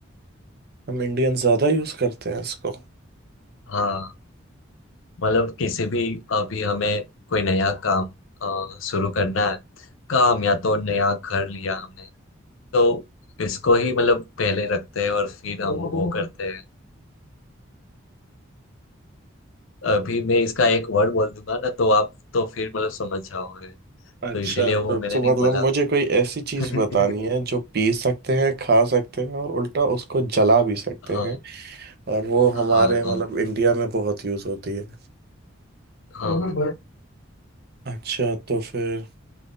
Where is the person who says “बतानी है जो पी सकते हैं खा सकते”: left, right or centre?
Right